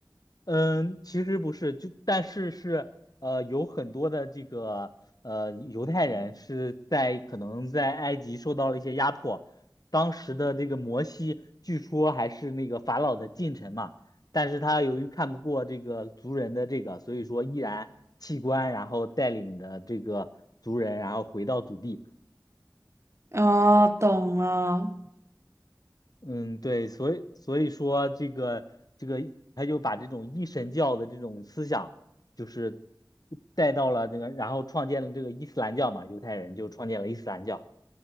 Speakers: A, on the left; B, on the right.
A: 嗯，其实不是，就但是是呃，有很多的这个呃犹太人是在可能在埃及受到了一些压迫，当时的这个摩西据说还是那个法老的近臣嘛，但是他由于看不过这个族人的这个，所以说毅然弃官，然后带领着这个族人，然后回到祖地。
B: 哦，懂了。
A: 嗯，对，所以所以说这个这个，他就把这种一神教的这种思想，就是带到了这个，然后创建了这个伊斯兰教嘛，犹太人就创建了伊斯兰教。